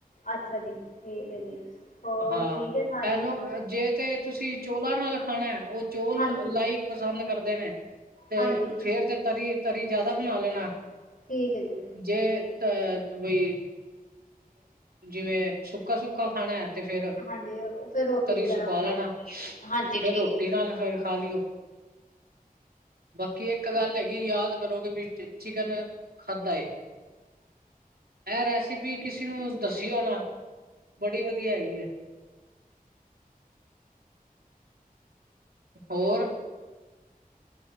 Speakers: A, on the left; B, on the right.
A: ਅੱਛਾ ਜੀ, ਠੀਕ ਏ ਜੀ। ਹੋਰ
B: ਹਾਂ,
A: ਠੀਕ ਹੈ ਸਾਰੇ
B: ਏਨੂੰ ਜੇ ਤੇ ਤੁਸੀਂ ਚੋਲਾਂ ਨਾਲ ਖਾਣਾ ਓ ਚੋਲ
A: ਹਾਂਜੀ
B: ਲਾਈਕ ਪਸੰਦ ਕਰਦੇ ਨੇ ਤੇ
A: ਹਾਂਜੀ
B: ਫੇਰ ਤੇ ਤਰੀ ਤਰੀ ਜਾਦਾ ਬਨਾ ਲੈਨਾ
A: ਠੀਕ ਏ ਜੀ।
B: ਜੇ ਤ ਬਈ ਜਿਵੇਂ ਸੁੱਕਾ-ਸੁੱਕਾ ਖਾਣਾ ਤੇ ਫੇਰ
A: ਹਾਂਜੀ ਫਿਰ ਰੋਟੀ
B: ਤਰੀ
A: ਵਗੈਰਾ
B: ਸੁਕਾ
A: ਬਣਾ
B: ਲੈਣਾ
A: ਲਓ
B: ਫੇਰ
A: ਹਾਂਜੀ
B: ਰੋਟੀ ਨਾਲ ਫੇਰ ਖਾ ਲਈਏ
A: ਹ
B: ਬਾਕੀ ਇੱਕ ਗੱਲ ਹੈਗੀ ਯਾਦ ਕਰੋਗੇ ਵੀ ਚਿਕਨ ਖਾਧਾ ਏ ਇਹ ਰੈਸਪੀ ਕਿਸੇ ਨੂੰ ਦਸੀਓ ਨਾ ਬੜੀ ਵਧੀਆ ਹੈਗੀ ਹੈ ਹੋਰ